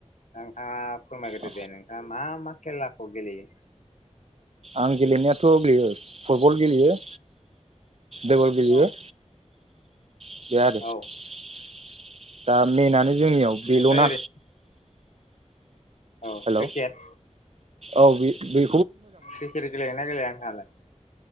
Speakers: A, on the left; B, on the right.
A: नोंथाङा फोरमायग्रदो
B: औ
A: दे नोंथाङा मा-मा? खेलाखौ गेलेयो।
B: आं गेलेनायाथ' गेलेयो फुटबल गेलेयो। दैगल गेलेयो।
A: औ
B: <unintelligible>
A: औ
B: दा मेनानो। जोंनियाव
A: बेनिफ्राय
B: बेल'ना।
A: ओरै औ
B: हेल'
A: क्रिकेट
B: औ बे-बे।
A: सोखोरो गलेयोना गेलेया नोंहालाय?